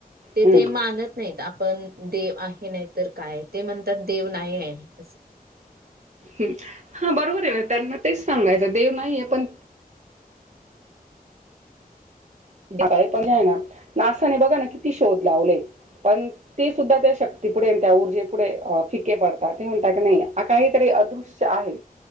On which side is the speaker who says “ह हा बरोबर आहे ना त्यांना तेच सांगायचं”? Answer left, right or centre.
Right